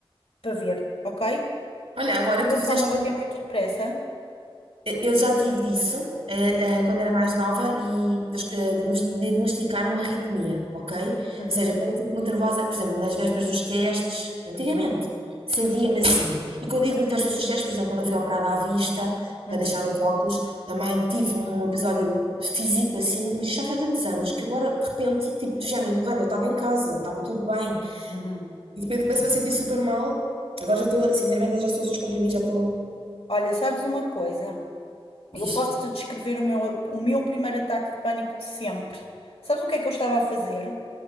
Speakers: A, on the left; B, on the right.
A: para ver, ok?
B: olha, agora
A: Coração
B: tu fizeste
A: a bater muito depressa.
B: Eu já tive disso, eh, eh, quando era mais nova e eles que diagnos- diagnosticaram uma arritmia, ok?
A: Uhum,
B: Ou seja, quando eu fico muito nervosa, por exemplo, nas vésperas dos testes, antigamente,
A: uhum,
B: sentia-me assim. E quando digo nas vésperas dos testes, por exemplo, quando eu fui operada à vista,
A: uhum,
B: para deixar os óculos, também tive um episódio físico assim, mas isto já foi há tantos anos que agora, de repente, tipo, do género, Wanda, eu estava em casa, estava tudo bem,
A: uhum.
B: e de repente começo-me a sentir super mal. Agora já estou, sinceramente, já estou a descomprimir, já estou.
A: Olha, sabes uma coisa? Eu
B: Diz.
A: posso-te descrever o meu, o meu primeiro ataque de pânico de sempre. Sabes o que é que eu estava a fazer?